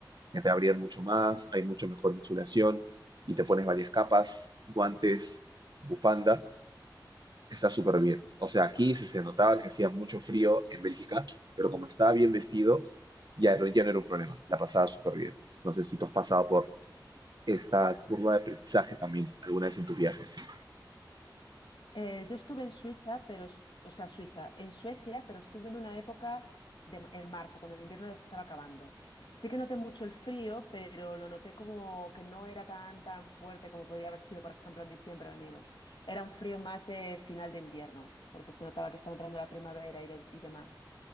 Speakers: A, on the right; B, on the left.
A: que te abrían mucho más, hay mucho mejor insulación y te pones varias capas, guantes, bufanda. Está súper bien. O sea, aquí se, se notaba que hacía mucho frío en Bélgica, pero como estaba bien vestido, ya no, ya no era un problema. La pasaba súper bien. No sé si tú has pasado por esta curva de aprendizaje también alguna vez en tus viajes.
B: Eh, yo estuve en Suiza, pero, es- o sea, Suiza, en Suecia, pero estuve en una época de, en marzo, cuando el invierno ya se estaba acabando. Sí que noté mucho el frío, pero lo noté como que no era tan, tan fuerte como podría haber sido, por ejemplo, en diciembre o enero. Era un frío más de final de invierno, porque se notaba que estaba entrando la primavera y, de- y demás.